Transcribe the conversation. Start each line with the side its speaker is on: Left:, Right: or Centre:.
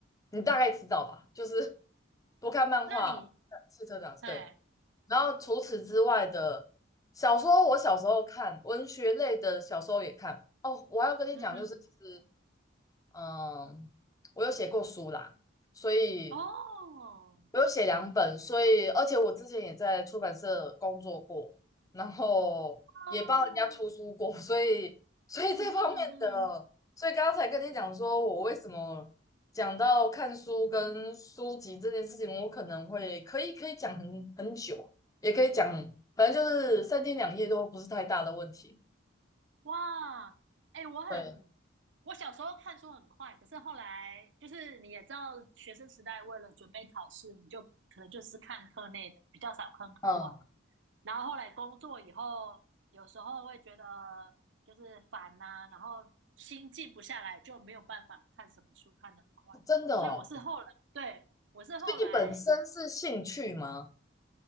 Left: 你大概知道吧？就是不看漫画，
Right: 那你，
Left: 不看汽车杂志，
Right: 哎，
Left: 对。然后除此之外的小说，我小时候看文学类的小说也看。哦，我还要跟你讲，
Right: 嗯哼，
Left: 就是其实，嗯，我有写过书啦，所以
Right: 哦，
Left: 我有写两本，所以而且我之前也在出版社工作过，然后也帮人家出书过，
Right: 哦，
Left: 所以所以这方面的，
Right: 嗯哼嗯哼。
Left: 所以刚才跟你讲说我为什么讲到看书跟书籍这件事情，我可能会可以可以讲很很久，也可以讲，反正就是三天两夜都不是太大的问题。
Right: 哇，哎、我很，
Left: 对，
Right: 我小时候看书很快，可是后来就是你也知道，学生时代为了准备考试，你就可能就是看课内的，比较少看课外。
Left: 嗯，
Right: 然后后来工作以后，有时候会觉得就是烦呐、然后心静不下来，就没有办法看什么书看得很快。
Left: 真的哦。
Right: 所以我是后来，对，我是后来
Left: 所以你本身是兴趣吗？